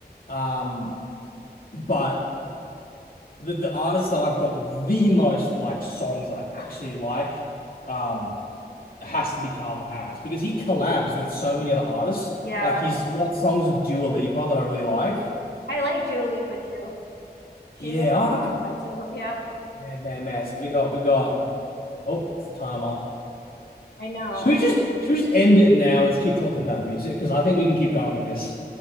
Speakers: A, on the left; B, on the left.
A: Um but the the artist that I've got the most like songs that I actually like um has to be Calvin Harris because he collabs with so many other artists.
B: Yeah.
A: Like he's got songs with Dua Lipa that I really like.
B: I like Dua Lipa too. She's
A: Yeah,
B: on my
A: oh, okay.
B: Spotify too. Yep.
A: Man, man, man. So we got we got oh, it's the timer.
B: I know.
A: Should we just should we just end it now? Let's keep talking about music because I think we can keep going with this.